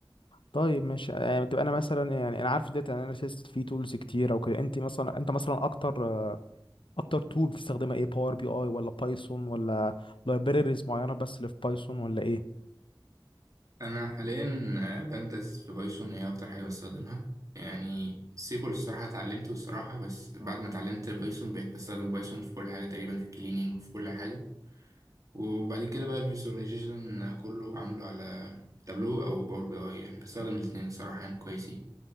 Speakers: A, on the left; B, on the right.
A: طيب ماشي آه، يعني بتبقى انا مثلا يعني انا عارف الداتا اناليسيس في تولز كتير او كده انت مثلا انت مثلا اكتر آه، اكتر تول بتستخدمها ايه باور بي اي ولا بايثون ولا لايبريريز معينه بس اللي في بايثون ولا ايه
B: انا حاليا آه، بندرس في بايثون هي اكتر حاجه بستخدمها يعني سيكول الصراحه اتعلمته الصراحه بس بعد ما اتعلمت بايثون بقيت بستخدم بايثون في كل حاجه تقريبا في الكليننج وفي كل حاجه وبعد كده بقى الفيزواليزيشن كله عامله على تابلو او باور بي اي يعني بستخدم الاثنين الصراحه يعني كويسين